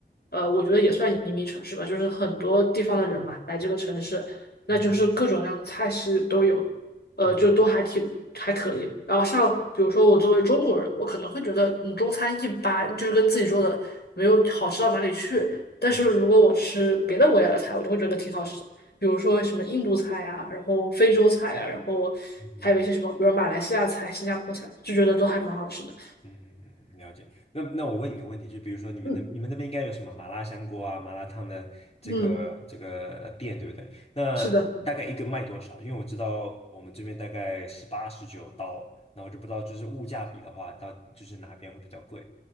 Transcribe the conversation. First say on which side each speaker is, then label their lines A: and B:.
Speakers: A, on the left; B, on the left.
A: 呃，我觉得也算移民城市吧，就是很多地方的人嘛来这个城市，那就是各种各样的菜系都有，
B: 嗯
A: 呃，
B: 嗯嗯
A: 就都还挺还可以。然后像比如说我作为中国人，我可能会觉得嗯中餐一般，就是跟自己做的没有好吃到哪里去。但是如果我吃别的国家的菜，
B: 嗯
A: 我就会觉得挺好吃的。比如说什么印度菜啊，然后非洲菜啊，然后还有一些什么，
B: 嗯
A: 比如马来西亚菜、新加坡菜，就觉得都还蛮好吃的。
B: 嗯，嗯，了解。那那我问你个问题，就比如说你们那你们那边应该有什么麻辣香锅啊、
A: 嗯
B: 麻辣烫的这个这个店，
A: 嗯，
B: 对不对？那大概一个卖多少？
A: 是的，
B: 因为我知道我们这边大概十八十九刀，那我就不知道就是物价比的话，到就是哪边会比较贵？